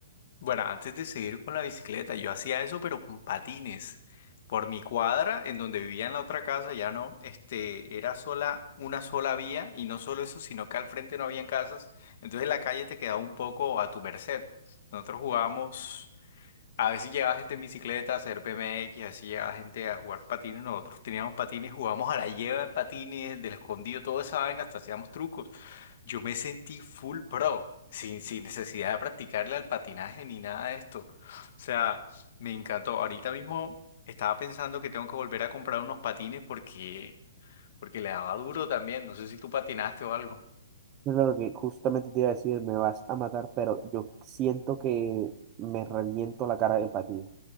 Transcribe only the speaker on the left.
Bueno, antes de seguir con la bicicleta, yo hacía eso, pero con patines. Por mi cuadra, en donde vivía en la otra casa, ya no, este, era sola, una sola vía, y no solo eso, sino que al frente no habían casas, entonces la calle te quedaba un poco a tu merced. Nosotros jugábamos, a veces llegaba gente en bicicleta a hacer BMX, así llegaba gente a jugar patines, nosotros teníamos patines, jugábamos a la lleva en patines, del escondido, toda esa vaina, hasta hacíamos trucos. Yo me sentí full pro, sin, sin necesidad de practicarle al patinaje ni nada de esto. O sea, me encantó. Ahorita mismo estaba pensando que tengo que volver a comprar unos patines porque, porque le daba duro también. No sé si tú patinaste o algo.